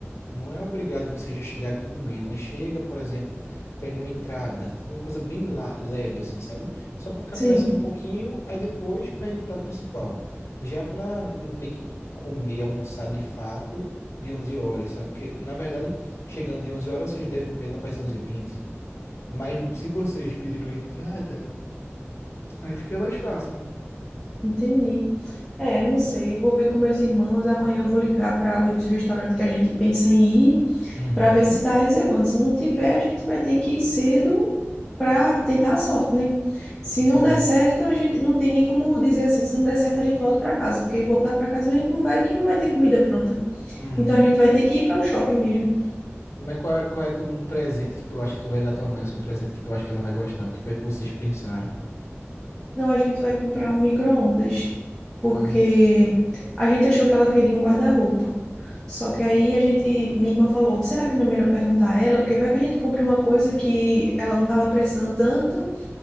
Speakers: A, on the left (about 80°); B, in the centre.
A: Não é obrigado vocês já chegarem comendo, né? Chega, por exemplo, pede uma entrada, uma coisa bem la- leve, assim, sabe? Só para ficar
B: Sim,
A: conversando um pouquinho, aí depois pede o prato principal. Já para não ter que comer, almoçar de fato de 11 horas, sabe? Porque, na verdade, chegando de onze horas, vocês devem comer lá para as onze h 20 Mas se vocês pediram a entrada, aí fica mais fácil, né?
B: entendi. É, não sei, eu vou ver com meus irmãos. Amanhã eu vou ligar para os restaurantes que a gente pensa em ir,
A: Uhum,
B: para ver se está reservando. Se não tiver, a gente vai ter que ir cedo para tentar a sorte, né? Se
A: entendi.
B: não der certo, a gente não tem nem como dizer assim. Se não der certo, a gente volta para casa, porque voltar para casa a gente não vai, que não vai ter comida pronta.
A: Uhum.
B: Então a gente vai ter que ir para o shopping mesmo.
A: Mas qual é, qual é tu- um presente que tu acha que tu vai dar à tua mãe? Assim, um presente que tu acha que ela vai gostar? O que foi que vocês pensaram?
B: Não, a gente vai comprar um micro-ondas, porque
A: Hum.
B: a gente achou que ela queria um guarda-roupa. Só que aí a gente, minha irmã falou, será que não é melhor perguntar a ela? Porque vai que a gente compre uma coisa que ela não estava precisando tanto,